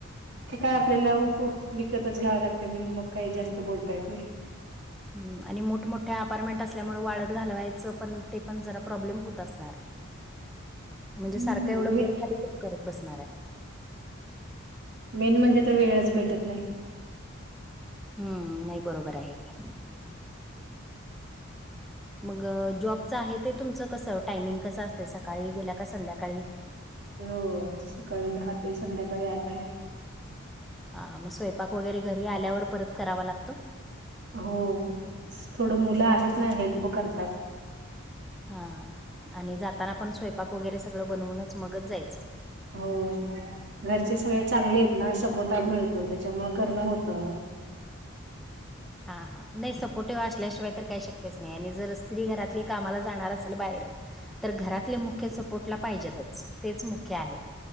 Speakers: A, on the right (about 55°); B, in the centre.
A: ते काय
B: हां.
A: आपल्याला ऊको विकतच घ्याव लागते म्हण मग काही जास्त बोलता येत नाही.
B: हम्म आणि मोठमोठ्या अपार्टमेंट असल्यामुळे वाळत घालवायचं पण ते पण जरा प्रॉब्लेम होत असणार. म्हणजे
A: हम्म
B: सारखं एवढं
A: मे
B: वर खाली पण कधी करत बसणार आहे.
A: मेन म्हणजे तर वेळच भेटत नाही.
B: हम्म नाही बरोबर आहे. घ्या मग जॉबचं आहे ते तुमचं कसं टायमिंग कसं असतें सकाळी गेल्या का संध्याकाळी.
A: हो सकाळी दहा ते संध्याकाळी आठ आहे.
B: हा मग स्वयंपाक वगैरे घरी आल्यावर परत करावा लागतो
A: हो थोड मुलं आहेत ना हेल्प करतात
B: हा आणि जाताना पण स्वयंपाक वगैरे सगळं बनवूनच मगच जायचं
A: हो घरचे सगळे चांगले आहेत ना सपोर्ट मिळतो त्याच्यामुंळ करणं होतं
B: हा हा नाही सपोर्टिव्ह असल्याशिवाय तर काही शक्यच नाही आणि जर स्त्री घरातली कामाला जाणार असेल बाहेर तर घरातले मुख्य सपोर्टला पाहिजेतच तेच मुख्य आहे